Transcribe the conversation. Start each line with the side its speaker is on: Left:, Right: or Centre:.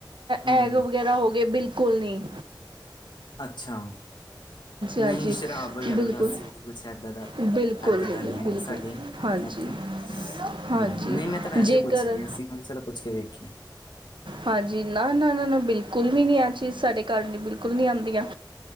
Left: ਹੂੰ
Right: ਐਗ
Left: ਹੂੰ
Right: ਵਗੈਰਾ ਹੋ ਗਏ ਬਿਲਕੁਲ ਕੁਲ ਨੀ।
Left: ਅੱਛਾ। ਨਹੀਂ
Right: ਹਾਂਜੀ
Left: ਸ਼ਰਾਬ ਵਗੈਰਾ
Right: ਬਿਲਕੁਲ
Left: ਤਾਂ ਅਸੀਂ ਵੀ ਨਹੀਂ ਕੁਛ ਏਦਾਂ ਦਾ
Right: ਬਿਲਕੁਲ
Left: ਏਦਾਂ ਦਾ ਨੀ ਹੈਗਾ
Right: ਬਿਲਕੁਲ
Left: ਸਾਡੇ
Right: ਹਾਂਜੀ
Left: ਇੱਥੇ।
Right: ਹਾਂਜੀ
Left: ਹੂੰ ਨਹੀਂ ਮੈਂ ਤਾਂ ਵੈਸੇ
Right: ਜੇਕਰ
Left: ਪੁੱਛ ਰਹੀ ਸੀ ਮੈਂ ਕਿਹਾ ਚਲੋ ਪੁੱਛ ਕੇ ਵੇਖੀਏ।
Right: ਹਾਂਜੀ। ਨਾ-ਨਾ ਨਾ-ਨਾ। ਬਿਲਕੁਲ ਵੀ ਨੀ ਆ ਚੀਜ਼ ਸਾਡੇ ਘਰ ਦੀ ਬਿਲਕੁਲ ਨੀ ਆਦੀਆਂ।